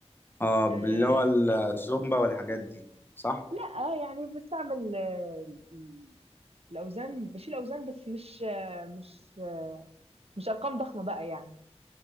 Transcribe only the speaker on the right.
آه،
لا يعني بستعمل آه، ال- ال- الاوزان بشيل اوزان بس مش آه، مش آه، مش ارقام ضخمه بقى يعني